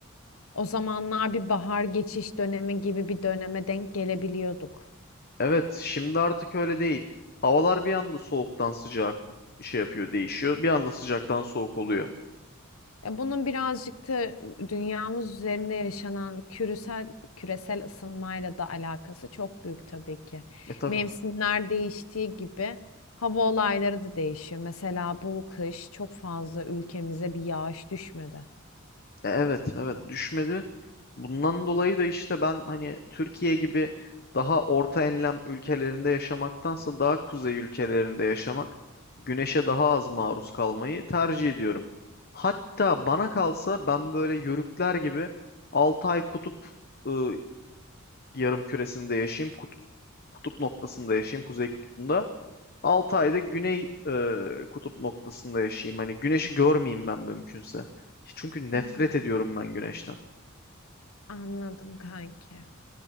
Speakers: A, on the left; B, on the left.
A: O zamanlar bir bahar geçiş dönemi gibi bir döneme denk gelebiliyorduk.
B: Evet, şimdi artık öyle değil. Havalar bir anda soğuktan sıcak şey yapıyor, değişiyor. Bir anda sıcaktan soğuk oluyor.
A: Ya Bunun birazcık da dünyamız üzerinde yaşanan küresel küresel ısınmayla da alakası çok büyük tabii ki.
B: E tabii.
A: Mevsimler değiştiği gibi hava olayları da değişiyor. Mesela bu kış çok fazla ülkemize bir yağış düşmedi.
B: E, evet, evet düşmedi. Bundan dolayı da işte ben hani Türkiye gibi daha orta enlem ülkelerinde yaşamaktansa daha kuzey ülkelerinde yaşamak, güneşe daha az maruz kalmayı tercih ediyorum. Hatta bana kalsa ben böyle yörükler gibi 6 ay kutup ıı, yarım küresinde yaşayayım, kutup, kutup noktasında yaşayayım, kuzey kutbunda. 6 ayda güney e, kutup noktasında yaşayayım. Hani güneşi görmeyeyim ben mümkünse. Çünkü nefret
A: Hmm,
B: ediyorum ben güneşten.
A: Anladım kanki.